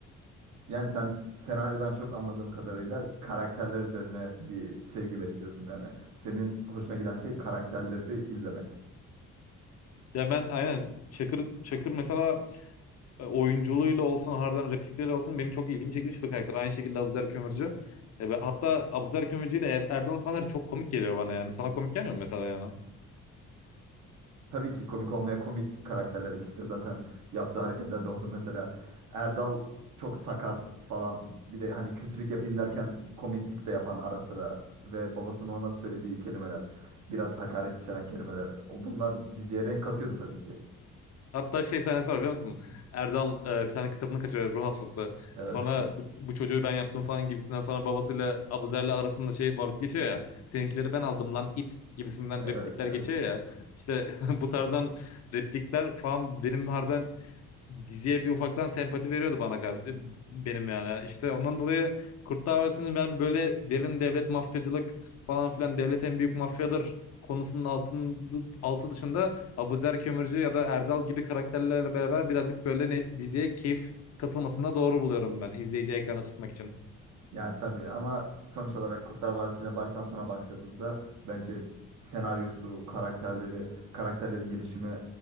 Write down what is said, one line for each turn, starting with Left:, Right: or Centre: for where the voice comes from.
Right: Yani sen senaryodan çok anladığım kadarıyla karakterler üzerine bir sevgi besliyorsun yani. Senin hoşuna giden şey karakterleri izlemek.
Left: Ya ben aynen Çakır Çakır mesela e, oyunculuğuyla olsun harbiden replikleriyle olsun benim çok ilgimi çekmiş bir karakter. Aynı şekilde Abuzer Kömürcü. E, ve Hatta Abuzer Kömürcü ile Er- Erdoğan Saner çok komik geliyor bana yani. Sana komik gelmiyor mu mesela yani?
Right: Tabii ki komik olmaya komik karakterler ikisi de zaten yaptığı hareketlerle olsun mesela Erdal çok sakar falan bir de hani kötülük yapayım derken komiklik de yapan ara sıra ve babasının ona söylediği kelimeler biraz hakaret içeren kelimeler o bunlar diziye renk katıyordu tabii ki.
Left: Hatta şey sahnesi var biliyor musun? Erdal e, bir tane kadını kaçırıyor ruh hastası.
Right: Evet
Left: Sonra
Right: <laughs>
Left: bu, bu çocuğu ben yaptım falan gibisinden sonra babasıyla Abuzer'le arasında şey muhabbet geçiyor ya. Seninkileri ben aldım lan it gibisinden
Right: evet
Left: replikler
Right: evet
Left: geçiyor ya. İşte <laughs> bu tarzdan replikler falan benim harbiden diziye bir ufaktan sempati veriyordu bana kar- benim yani. İşte ondan dolayı Kurt Vadisi'nin ben böyle derin devlet mafyacılık falan filan devlet en büyük mafyadır konusunun altın, altı dışında Abuzer Kömürcü ya da Erdal gibi karakterlerle beraber birazcık böyle ne- diziye keyif katılmasında doğru buluyorum ben izleyici ekrana tutmak için.
Right: Yani tabii ama sonuç olarak Kurtlar Vadisi'ne baştan sona baktığımızda bence senaryosu, karakterleri, karakterlerin gelişimi,